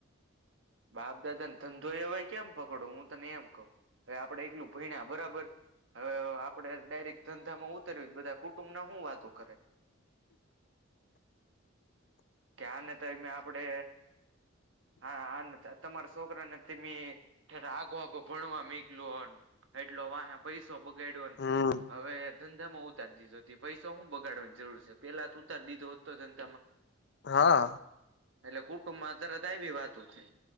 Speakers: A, on the right; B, on the left.
A: બાપ દાદા ને ધંધો એ હોય કેમ પકડો હું તને એમ કઉ. હવે આપડે એટલું ભયણા બરાબર હવે આપડે ડાયરેક્ટ ધંધામાં ઉતર્યું બધા કુટુંબ ના હું શું વાતો કરે?
B: <inaudible>
A: ક્યાં ને તમે આપડે
B: <inaudible>
A: હા તમારા છોકરાને તમે જ આઘો આઘો ભણવા મેકલ્યો ન. એટલો વાહે પૈસો બગાડ્યોને
B: હમ
A: હવે ધંધા માં ઉતારી દીધો. પૈસાની હું બગાડવાની જરૂર છે. પેલા તો ઉતારી દીધો હતો ધંધામાં.
B: હા
A: એટલે કુટુંબમાં તરત આવી વી વાતો થાય.